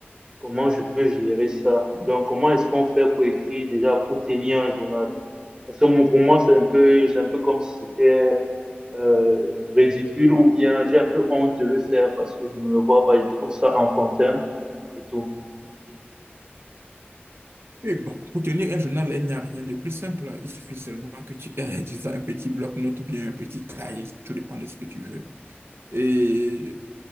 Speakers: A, on the right (about 20°); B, on the right (about 75°).
A: comment je peux gérer ça. Donc, comment est-ce qu'on fait pour écrire déjà, pour tenir un journal? Parce que mon- pour moi, c'est un peu, c'est un peu comme si c'était euh, ridicule ou bien j'ai un peu honte de le faire parce que je me vois pas, je trouve ça enfantin et tout.
B: Et bon, pour tenir un journal, il n'y a rien de plus simple. Il suffit seulement que tu aies, <laughs> disons, un petit bloc-notes ou bien un petit cahier, tout dépend de ce que tu veux. Et